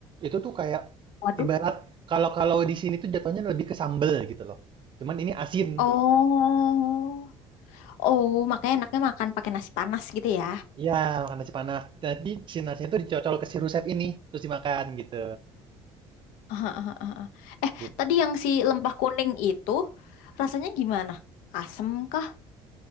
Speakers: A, on the right; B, on the left.
A: Itu tuh kayak
B: Waduh.
A: ibarat kalau kalau di sini tuh jatuhnya lebih ke sambel gitu loh. Cuman ini asin.
B: Oh. Oh, makanya enaknya makan pakai nasi panas gitu ya.
A: Iya, makan nasi panas. Jadi si nasinya itu dicocol ke si rusep ini, terus dimakan gitu.
B: Aha, aha, aha. Eh,
A: Gitu.
B: tadi yang si lempah kuning itu rasanya gimana? Asem kah?